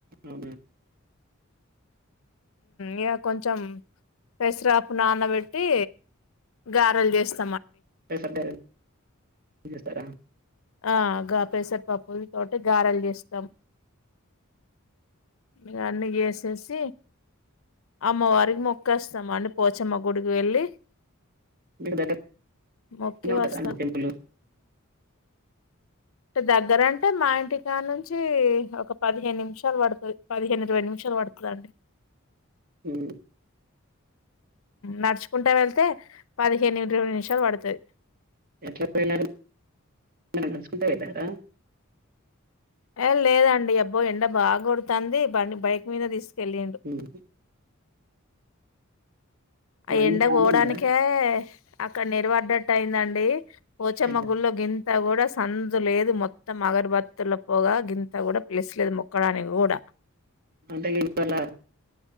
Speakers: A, on the right; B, on the left.
A: ఉ
B: ఇగ కొంచెం పెసరాపు నానబెట్టి గారెలు చేస్తు
A: పెసర గారెలు చేస్తరా
B: ఆ గా పెసర పప్పు తోటి గారెలు చేస్తాం ఇవన్నీ చేసేసి అమ్మవారికి మొక్కస్తం అండి పోచమ్మ గుడికి వెళ్ళి
A: మీకు దగ్గర్నే
B: మొక్కి
A: ఉంటద
B: వస్తాం
A: అండి టెంపులు
B: దగ్గరంటే మా ఇంటికానుంచి ఒక పదిహేను నిమిషాలు పడుతది పదిహేను ఇరవై నిమిషాలు పడుతదండి
A: హు
B: నడుచుకుంటా వెళ్తే పదిహేను ఇరవై నిమిషాలు పడుతది
A: ఎట్లా వెళ్లారం మీరు నడుసుకుంటా వెళ్ళారా
B: ఏ లేదండి అబ్బో ఎండ బాగ కొడుతంది బండి బైక్ మీద తీసు కెళ్ళిండు
A: ఉమ్.
B: ఆ
A: మంది
B: ఎండ
A: బానే
B: పోవడానికే
A: ఉన్నారా
B: అక్కడ నేరివడ్డట్టు అయిందండి పోచమ్మ
A: అయ్యా.
B: గుల్లో గిం ఇంత కూడా సందు లేదు మొత్తం అగర్బత్తుల పోగా గింత కూడా ప్లేస్లేదు మొక్కడానికి కూడా
A: అంటే ఇవాళ